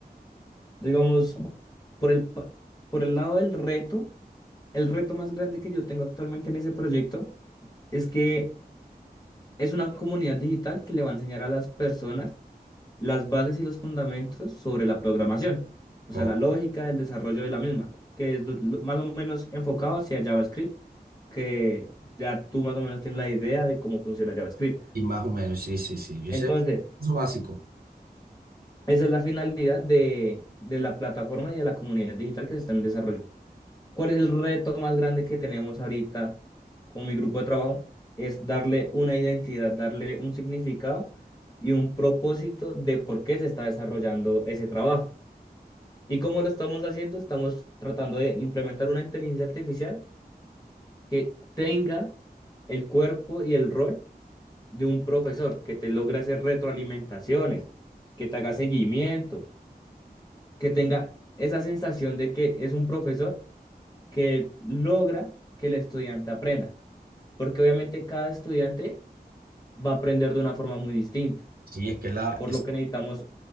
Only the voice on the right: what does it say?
o-
y más o menos, sí, sí, sí, yo
sé eso básico,
sí, es que la,
es-